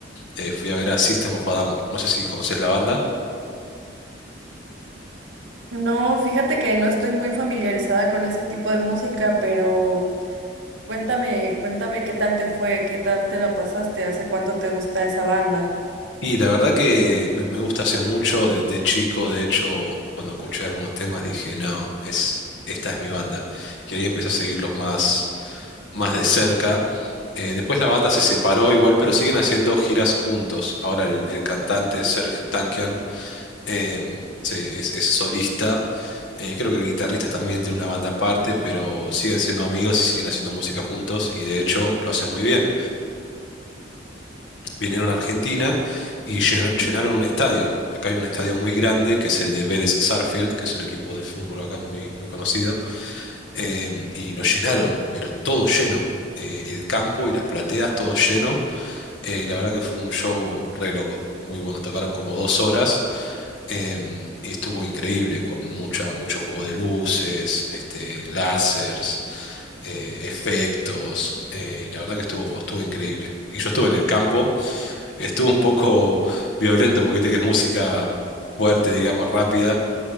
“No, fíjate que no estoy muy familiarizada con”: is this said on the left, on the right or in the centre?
Right